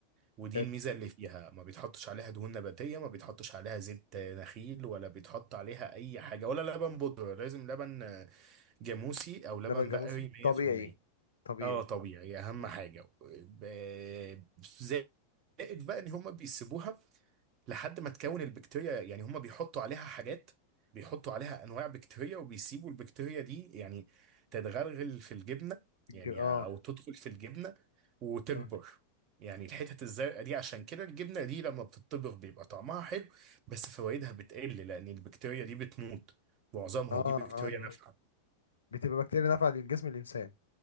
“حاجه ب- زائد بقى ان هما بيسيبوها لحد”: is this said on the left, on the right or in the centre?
Right